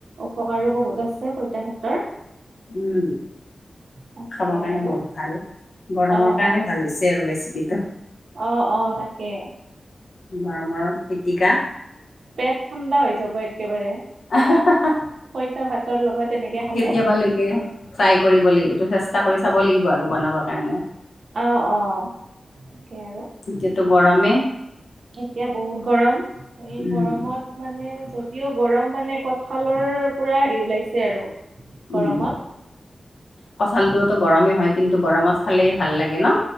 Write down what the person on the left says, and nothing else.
উম
খাবৰ কাৰণে
বহুত ভাল, গৰমৰ
কাৰণে
ভাল হৈছে আৰু ৰেচিপিটো।
গৰমৰ পিতিকা।
আ হা হা
কেতিয়াবা লৈকে ট্ৰাই কৰিব লাগিব, এইটো চেষ্টা কৰি চাব লাগিব আৰু বনাবৰ কাৰণে।
এতিয়াটো গৰমে।
উম,
উম কঠালটোতো গৰমেই হয়, কিন্তু গৰমত খালেই ভাল লাগে ন